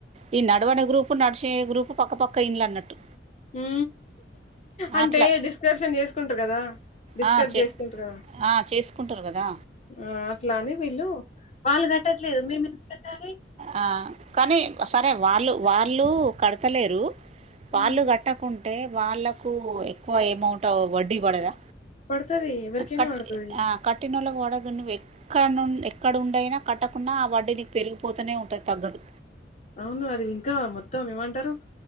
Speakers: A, on the right; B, on the left.
A: ఈ నడవని గ్రూపు నడిచే గ్రూపు పక్కపక్కన ఇండ్లు అన్నట్టు
B: ఉ అంటే
A: అట్లా
B: డిస్కషన్ చేసుకుంటారు కదా డిస్కస్
A: ఆ చే
B: చేసుకుంటారు కద
A: ఆ చేసుకుంటారు కదా
B: ఆ అట్లా అని వీళ్ళు వాళ్ళు కట్టట్లేదు మేము ఎందుకు కట్టాలి
A: ఆ కానీ సరే వాళ్ళు వాళ్ళు కడతలేరు వాళ్ళు
B: మ్మ్
A: కట్ట కట్టకుంటే వాళ్ళలకు ఎక్కువ ఏమౌంట్ వడ్డీ పడదా
B: పడుతది ఎవరికైనా
A: కట్
B: పడుతది
A: ఆ కట్ కట్టినోళ్లకు అడగ నువ్వు ఎక్కడ నుం ఎక్కడ ఉండైనా కట్టకుండా ఆ వడ్డీని పెరుగు పోతనే ఉంటంది తగ్గదు
B: అవును అది ఇంకా మొత్తం ఏమంటారు